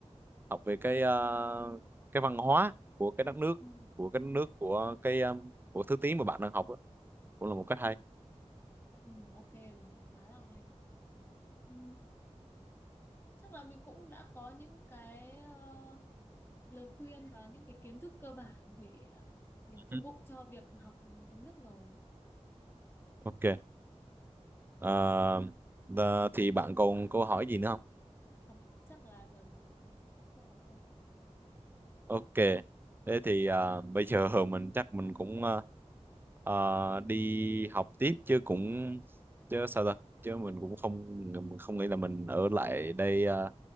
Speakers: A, on the right (about 20°); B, on the left (about 20°).
A: học về cái ờ, cái văn hóa của cái đất nước
B: Ừ.
A: của cái đất nước của cái ờ, của thứ tiếng mà bạn đang học á, cũng là một cách hay
B: Ừ, ok mình thấy khá là hay ừ, chắc là mình cũng đã có những cái ờ, lời khuyên và những cái kiến thức cơ bản để ờ, mình phục
A: Ừ.
B: vụ cho việc học tiếng Đức rồi
A: ok Ờ, ờ, thì bạn còn câu hỏi gì nữa không
B: học chắc là giờ mình không còn ok
A: ok thế thì ờ, bây giờ <laughs> mình chắc mình cũng ờ, ờ, đi học tiếp chứ cũng chứ sao ta chứ mình cũng không mình không nghĩ là mình ở lại đây ờ,